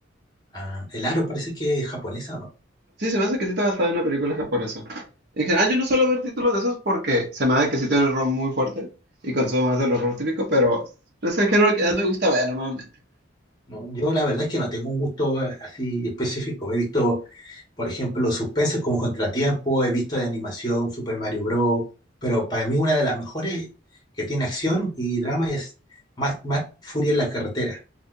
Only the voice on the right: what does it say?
Sí, se me hace que sí está basada en una película japonesa. En general, yo no suelo ver títulos de esos porque se me hace que sí tiene un horror muy fuerte y consumo más del horror típico, pero es el género que más me gusta ver normalmente.